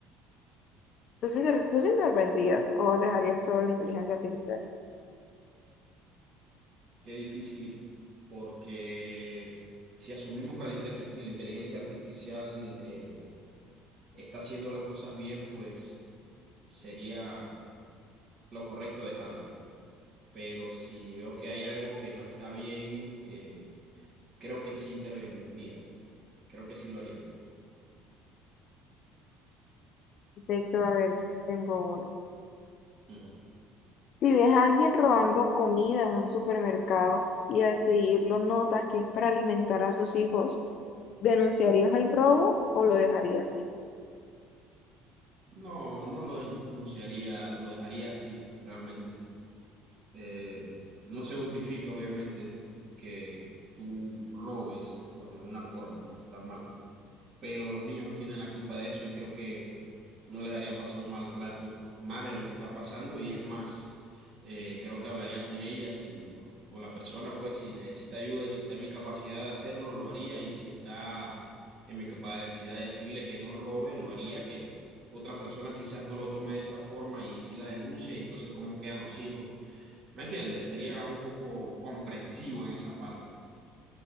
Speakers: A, on the left; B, on the right.
A: Entonces, inter- ¿tú sí intervendrías o dejarías todo en la inteligencia artificial?
B: Qué difícil, porque si asumimos que la, inter- la inteligencia artificial eh, está haciendo las cosas bien, pues sería lo correcto dejarla. Pero si veo que hay algo que no está bien, eh, creo que sí intervendría. Creo que sí lo haría.
A: Perfecto, a ver, yo tengo una.
B: Ujú.
A: Si ves a alguien robando comida en un supermercado y al seguirlo notas que es para alimentar a sus hijos, ¿denunciarías el robo o lo dejarías ir
B: No, no lo denunciaría, lo dejaría así, realmente. Eh, no se justifica, obviamente, que tú robes por ninguna forma. Está mal pero los niños no tienen la culpa de eso y creo que no les haría pasar un mal rato más de lo que están pasando y es más, eh, creo que hablaría con ellas y, o la persona, pues, si necesita ayuda y si está en mi capacidad de hacerlo, lo haría y si está en mi capacidad de decirle que no robe, lo haría, que otra persona quizás no lo tome de esa forma y si la denuncia y entonces cómo quedan los hijos. ¿Me entiendes? Sería un poco comprensivo en esa parte.